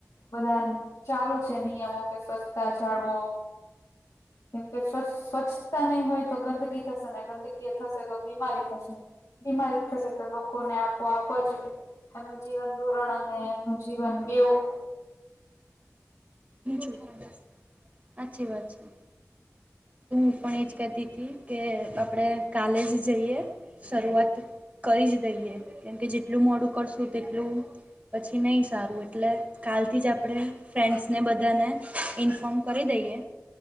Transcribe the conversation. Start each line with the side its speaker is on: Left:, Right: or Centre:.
Left: બધા ચાલુ છે નિયમો કે સ્વચ્છતા જાળવો <inaudible> કેમ કે સ્વચ્ સ્વચ્છતા નહી હોય તો ગંદકી થશે ને ગંદકી થશે તો બીમારી થશે. બીમારી થશે તો લોકોને આપો આપો જ એમનું જીવન ધોરણ અને <unintelligible> બેવો
Right: નીચું થઈ જશે. હાચી વાત છે તો હું પણ એ જ કેતીતી કે આપણે કાલે જ જઈએ શરૂઆત કરી જ દઈએ. કેમ કે જેટલું મોડું કરશું તેટલું પછી નહી સારું એ એટલે કાલથી જ આપણે ફ્રેન્ડ્સ ને ઇન્ફોર્મ કરી દઈએ